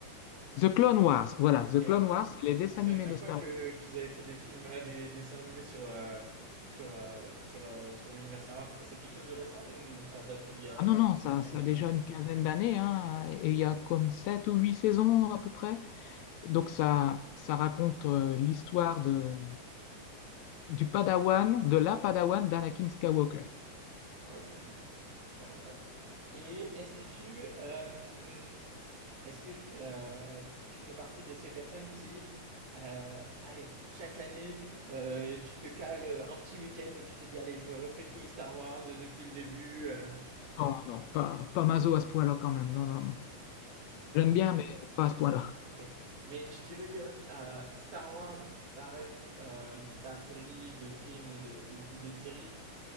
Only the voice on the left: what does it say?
The Clone Wars, voilà,
The Clone Wars, c'est les
dessins
animés
de Star
Wars.
Ah non, non, ça,
ça
a déjà
une quinzaine d'années, hein, et il y a comme sept ou huit saisons à peu près. Donc ça, ça raconte euh, l'histoire de, du Padawan, de la Padawan d'Anakin Skywalker.
Non, non, pas, pas Mazo à ce point-là quand même, non, non, non. J'aime bien, mais pas à ce point-là.